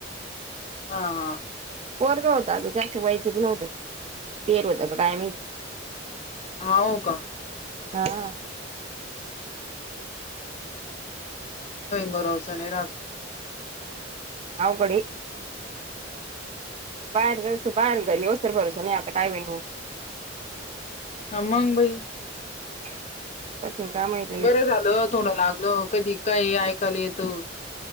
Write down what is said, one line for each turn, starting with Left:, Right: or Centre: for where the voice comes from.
Left: हा हा!
Right: पोरग होत आग जास्त वयाच बी नव्हतं पिलेलं होत का काय
Left: हाव का?
Right: हा!
Left: भरोसा नाही राहत.
Right: अवघड ये! बाहेर जाऊ बाहेर येऊ स्तर भरोस नाही आता काय बाई मग.
Left: हा मग बाई.
Right: <unintelligible> काय माहिती.
Left: बरं झालं थोडं लागल कधी काही ऐकायला येत.